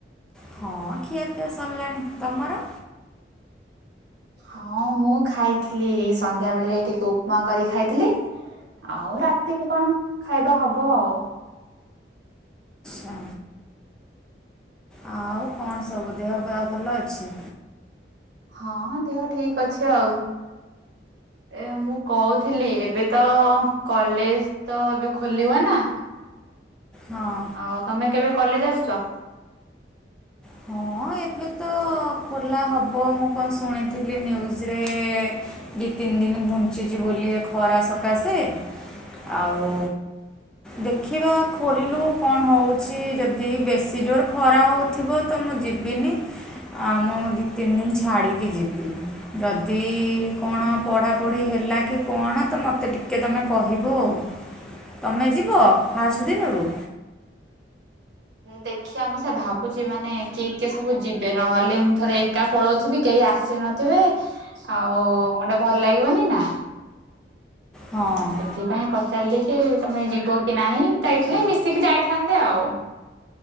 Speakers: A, in the centre; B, on the right (about 80°).
A: ହଁ ଖିଆ ପିଆ ସରିଲାଣି ତମର?
B: ହଁ ମୁଁ ଖାଇଥିଲି ସନ୍ଧ୍ୟା ବେଳେ ଟିକେ ଉପମା କରି ଖାଇଥିଲି ଆଉ ରାତିକ କଣ ଖାଇବା ହବ ଆଉ।
A: ଆଚ୍ଛା। ଆଉ କଣ ସବୁ ଦେହ ବା ଭଲ ଅଛି?
B: ହଁ ଦେହ ଠିକ ଅଛି ଆଉ। ଏ ମୁଁ କହୁଥିଲି ଏବେ ତ କଲେଜ ତ ଏବେ ଖୋଲିବ ନା
A: ହଁ।
B: ହଉ ତମେ କେବେ କଲେଜ ଆସୁଛ?
A: ହଁ ଏବେ ତ ଖୋଲା ହବ ମୁଁ କଣ ଶୁଣିଥିଲି ନ୍ୟୁଜରେ ଦି ତିନି ଦିନ ଘୁଞ୍ଚିଛି ବୋଲି ଏ ଖରା ସକାଶେ ଆଉ ଦେଖିବା ଖୋଲୁ କଣ ହେଉଛି ଯଦି ବେଶୀ ଜୋର ଖରା ହେଉଥିବ ତ ମୁଁ ଯିବିନି ଆ ମୁଁ ଦୁଇ ତିନି ଦିନ ଛାଡ଼ିକି ଯିବି। ଯଦି କଣ ପଢ଼ାପଢ଼ି ହେଲା କି କଣ ତ ମୋତେ ଟିକେ ତୁମେ କହିବ ଆଉ। ତୁମେ ଯିବ ଫାଷ୍ଟ ଦିନରୁ
B: ଦେଖିବା ମୁଁ ସେୟା ଭାବୁଛି ମାନେ କିଏ କିଏ ସବୁ ଯିବେ ନହେଲେ ମୁଁ ଥରେ ଏକା ପଳଉଥିବି କେହି ଆସିନଥିବେ ଆଉ ଗୋଟେ ଭଲ ଲାଗିବନି ନା।
A: ହଁ
B: ହୁଁ ସେଥିପାଇଁ ପ ପଚାଲିକି ତମେ ଯିବ କି ନାହିଁ, ଯାଇଥିଲେ ମିଶିକି ଯାଇଥାନ୍ତେ ଆଉ।